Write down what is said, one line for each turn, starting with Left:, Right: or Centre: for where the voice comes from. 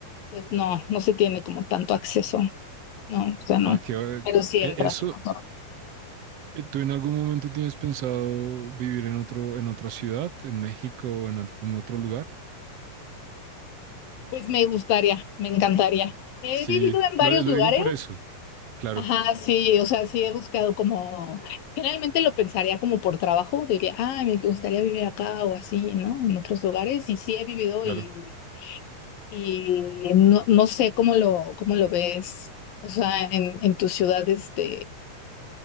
Left: pues no, no se tiene como tanto acceso, no, o sea,
Right: Ah,
Left: no,
Right: que eh,
Left: pero sí
Right: e,
Left: el tráfico.
Right: eso. eh, ¿Tú en algún momento tienes pensado vivir en otro, en otra ciudad, en México o en algún otro lugar?
Left: Pues me gustaría, me encantaría. He
Right: Sí,
Left: vivido en varios
Right: lo, lo
Left: lugares
Right: digo por eso. Claro,
Left: Ajá, sí, o sea, sí he buscado como, generalmente lo pensaría como por trabajo, diría, ah, me gustaría vivir acá o así, ¿no? En otros lugares, y sí he vivido
Right: claro.
Left: y, y no, no sé cómo lo, cómo lo ves, o sea, en, en tu ciudad, este,